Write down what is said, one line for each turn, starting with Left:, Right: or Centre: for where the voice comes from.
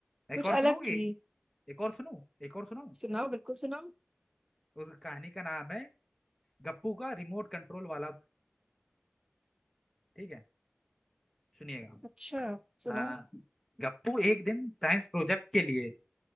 Centre: एक
Right: कुछ
Centre: और सुनोगी
Right: अलग थी
Centre: एक और सुनो एक और सुनाऊं
Right: सुनाओ बिल्कुल सुनाओ
Centre: उस कहानी का नाम है गप्पू का रिमोट कंट्रोल वाला भाई। ठीक है सुनिएगा
Right: अच्छा सुनाओ
Centre: हाँ गप्पू एक दिन साइंस प्रोजेक्ट के लिए